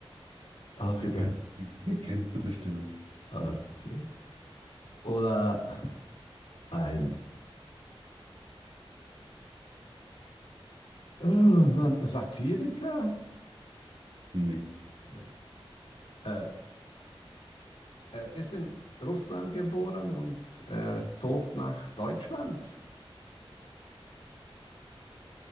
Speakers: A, on the left (about 80°); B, on the right (about 75°).
A: ausgedacht.
B: Ach, den, kenn, den, den kennst du bestimmt.
A: Okay. Oder ein, oh Mann, Satiriker?
B: Nee.
A: Nee. Äh, Er ist in Russland geboren und er zog nach Deutschland.